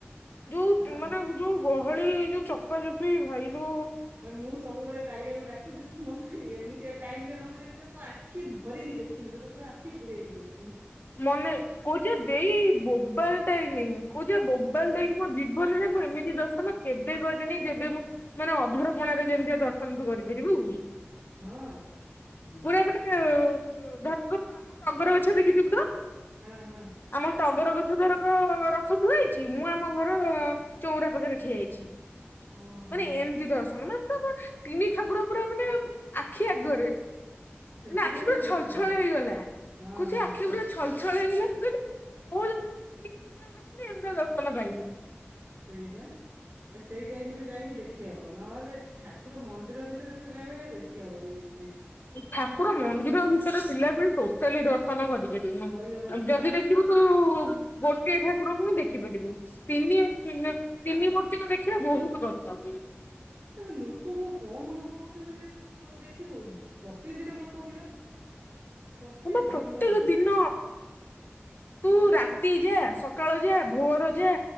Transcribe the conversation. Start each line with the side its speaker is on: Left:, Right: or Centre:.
Left: ଯୋଉ
Right: ନା
Left: ତ୍
Right: ନା
Left: ମାନେ ଯୋଉ ଗହଳି ଯୋଉ ଚପା ଚପି ଭାଇ ଲୋ।
Right: ମୁଁ ସବୁବେଳେ କାଳିଆକୁ ଡାକୁୁଚି ତୁ ମତେ ଏମିତିଆ ଟାଇମରେ ନବୁ ଯେମିତି ମୁଁ ଆ ଆଖି ଭରିକି ଦେଖିମି, ତୋତେ ପୁରା ଆଖି ପୁରେଇକି ଦେଖିମି।
Left: ମନେ କହୁଛି ବା ଦେଇ ବୋବାଲ ଟାଇମି, କଉଛି ବା ବୋବାଲ
Right: ପେ
Left: ଟାଇମି, ମୋ ଜୀବ ବନରେ ମୁଁ ଏମିତି ଦର୍ଶନ କେବେ କରିନି, ଯେବେ ମୁଁ ମାନେ ଅଧରପଣାରେ ଯେମିତିଆ ଦର୍ଶନ ତୁ କରିପାରିବୁ।
Right: ହଁ।
Left: ପୁରା ମାନେ ଧରକ ଆମ ଟଗର ଗଛରେ କିଛି
Right: ହଁ ହଁ।
Left: ଆମ ଟଗର ଗଛ ଧରକ ରଥ ଥୁଆ ହେଇଛି, ମୁଁ ଆମ ଘର ଚଉଁରା ପାଖରେ ଠିଆ ହେଇଛି।
Right: ଓହୋ
Left: ମାନେ ଏମତି ଦର୍ଶନ ମାନେ ପୁରା ପୁଆ ତିନି ଠାକୁର ପୁରା ମାନେ ଆଖି ଆଗରେ।
Right: ସେତିକି
Left: ମାନେ ଆଖି
Right: ବେଳେ
Left: ପୁରା ଛଳ
Right: ଦେଖିପାରିବୁ
Left: ଛଳ ହେଇଗଲା।
Right: ହଁ
Left: କହୁଛି
Right: ହଁ
Left: ଆ
Right: ସେ
Left: ଛଳଛଳ ହେଇଗଲା, ମୁଁ କହିଲି କୋଉ ଜନ୍ମରେ କି ପୂଣ୍ୟ କରିଥିଲି ଏମିତିଆ ଦର୍ଶନ ପାଇଲି।
Right: ସେଇବା। ସେଇ ଟାଇମରେ ଯାଇଁକି ଦେଖିହବ, ନହେଲେ ଠାକୁର ମନ୍ଦିର ଭିତରେ ଥିଲାବେଳେ ଦେଖିହବନି ଏତେ।
Left: ଠାକୁର ମନ୍ଦିର ଭିତରେ ଥିଲା ବେଳେ ଟୋଟାଲି ଦର୍ଶନ କରିପାରିବୁନୁ।
Right: କରିହବନି
Left: ଯଦି
Right: ବା
Left: ବି ଦେଖିବୁ ତୁ ଗୋଟିଏ ଠାକୁରଙ୍କୁୁ ହିଁ ଦେଖିପାରିବୁ। ତିନି, ତିନି, ତିନି ପଟୁ <unintelligible> ବହୁତ କଷ୍ଟ।
Right: ଏ ଲୋକ କଣ କମ ଲୋକ ହଉଛନ୍ତି ଯେହେତୁ ଙ୍କୁ ଦେଖିବୁ ପ୍ରତିଦିନ ଲୋକ ଭିଡ, ପ୍ରତିଦିନ
Left: ହେଲେ ପ୍ରତ୍ୟେକ
Right: ଲୋକ।
Left: ଦିନ ତୁ
Right: ଉଁ?
Left: ରାତି ଯାଆ, ସକାଳ ଯାଆ, ଭୋର ଯାଆ,